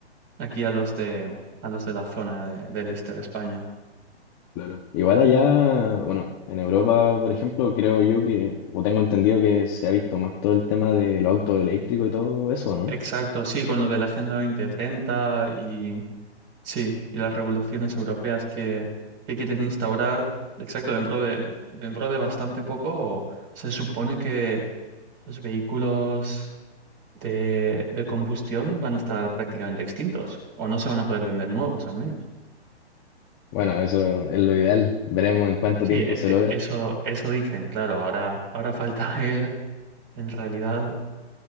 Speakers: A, on the right; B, on the left.
A: aquí a los de, a los de la zona de- del este de España.
B: Claro. Igual allá, bueno, en Europa, por ejemplo, creo yo que, o tengo entendido que se ha visto más todo el tema de los autos eléctricos y todo eso, ¿no?
A: Exacto, sí, con lo de la Agenda 2030 y sí, y las regulaciones europeas que, que quieren instaurar, exacto, dentro de, dentro de bastante poco se supone que los vehículos de, de combustión van a estar prácticamente extintos o no se van a poder vender nuevos al menos.
B: Bueno, eso es lo ideal. Veremos en cuánto
A: Sí,
B: tiempo
A: e-
B: se
A: e-
B: logra.
A: eso, eso dicen, claro. Ahora, ahora falta <laughs> ver en realidad